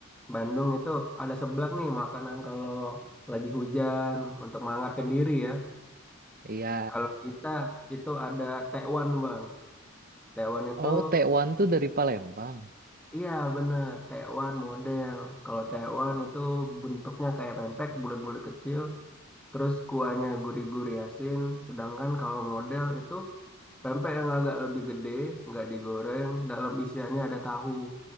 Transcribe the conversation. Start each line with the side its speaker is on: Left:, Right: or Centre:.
Centre: Bandung itu ada seblak nih makanan kalau lagi hujan untuk menghangatkan diri ya.
Right: Iya.
Centre: Kalau kita itu ada tekwan bang. Tekwan itu
Right: Oh, tekwan tuh dari Palembang.
Centre: iya bener tekwan model. Kalau tekwan itu bentuknya kayak pempek bulat-bulat kecil. Terus kuahnya gurih-gurih asin. Sedangkan kalau model itu pempek yang agak lebih gede, nggak digoreng. Dalam isiannya ada tahu